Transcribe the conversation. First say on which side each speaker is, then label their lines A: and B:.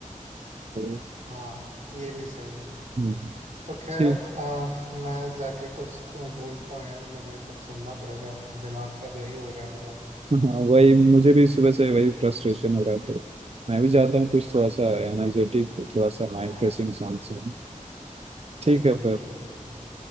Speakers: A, on the right; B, on the right.
A: तो,
B: हाँ ये भी सही है
A: हम्म,
B: तो खैर
A: ठीक
B: आ, मैं जाके कुछ खो- ढूंढता हूँ यार मुझे कुछ सुनना पड़ेगा दिमाग का दही हो रहा है मेरा
A: हाँ वही मुझे भी सुबह से वही फ्रस्ट्रेशन हो रहा था मैं भी चाहता हूँ कुछ थोड़ा सा
B: हम्म
A: एनर्जेटिक थोड़ा सा माइंड
B: हाँ
A: फ्रेशिंग सॉन्ग सुन ठीक
B: बिल्कुल
A: है फिर
B: बिल्कुल बिल्कुल